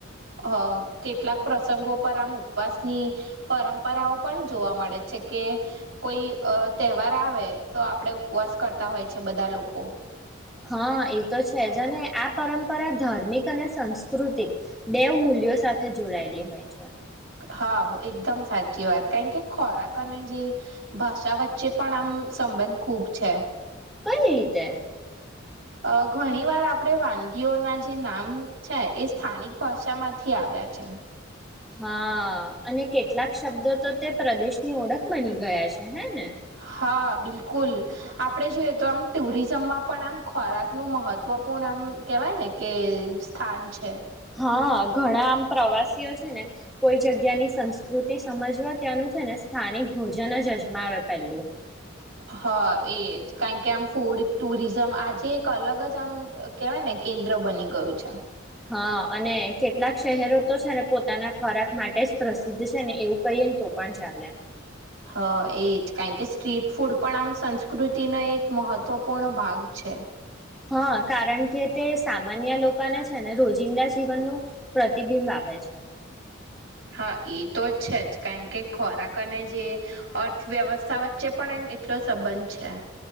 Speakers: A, on the right; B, in the centre.
A: હ કેટલાક પ્રસંગો પર આમ ઉપવાસની પરંપરાઓ પણ જોવા મળે છે કે કોઈ તહેવાર અ આવે તો આપણેે ઉપવાસ કરતા હોય છે બધા લોકો.
B: હા એ તો છે જ અને આ પરંપરા ધાર્મિક અને સંસ્કૃતિક બે મૂલ્યો સાથે જોડાયેલી હોય છે.
A: હા એકદમ સાચી વાત કારણ કે ખોરાક અને જે ભાષા વચ્ચે પણ આમ સંબંધ ખૂબ છે.
B: કંઈ રીતે?
A: અ ઘણી વાર આપણે વાનગીઓના જે નામ છે એ સ્થાનિક ભાષામાંથી આવ્યા છે.
B: હા અને કેટલાક શબ્દો તો તે પ્રદેશની ઓળખ બની ગયા છે હે ને
A: હા બિલકુલ આપણે જોઈએ તો આમ ટુરિઝમમાં પણ આમ ખોરાકનું મહત્ત્વપૂર્ણ આમ કહેવાય ને કે સ્થાન છે.
B: હા ઘણા આમ પ્રવાસીઓ છે ને કોઈ જગ્યાની સંસ્કૃતિ સમજવા ત્યાંનું છે ને સ્થાનિક ભોજન જ અજમાવે પેલું.
A: હા એ કારણ કે આમ ફૂડ ટુરિઝમ આજે એક અલગ જ આમ કેવાય ને કેન્દ્ર બની ગયું છે.
B: હા અને કેટલાક શહેરો તો છે ને પોતાના ખોરાક માટે જ પ્રસિદ્ધ છે ને એવું કહીએ ને તો પણ ચાલે.
A: હ એજ કારણ કે સ્ટ્રીટ ફૂડ પણ આમ સંસ્કૃતિનો એક મહત્વપૂર્ણ ભાગ છે.
B: હા કારણ કે તે સામાન્ય લોકાને છે ને રોજિંદા જીવનનું પ્રતિબિંબ આપે છે.
A: હા એ તો છે જ કારણ કે ખોરાક અને જે અર્થવ્યવસ્થા વચ્ચે પણ એમ એટલો સંબંધ છે.